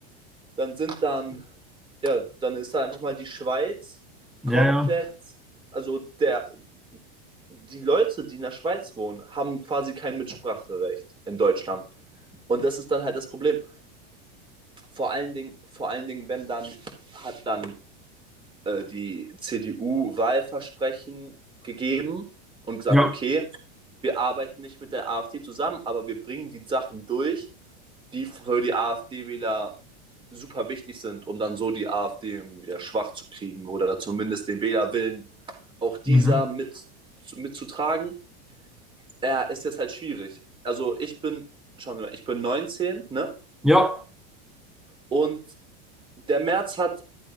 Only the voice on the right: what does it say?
dann sind dann, ja, dann ist da einfach mal die Schweiz
komplett,
also der, die Leute, die in der Schweiz wohnen, haben quasi kein Mitspracherecht in Deutschland. Und das ist dann halt das Problem. Vor allen Dingen, vor allen Dingen, wenn dann hat dann äh, die CDU Wahlversprechen gegeben und gesagt,
okay, wir arbeiten nicht mit der AfD zusammen, aber wir bringen die Sachen durch, die für die AfD-Wähler super wichtig sind, um dann so die AfD irgendwie wieder schwach zu kriegen oder zumindest den Wählerwillen auch dieser
mit, mitzutragen, ja, ist jetzt halt schwierig. Also ich bin, schauen Sie mal, ich bin 19, ne?
Und der März hat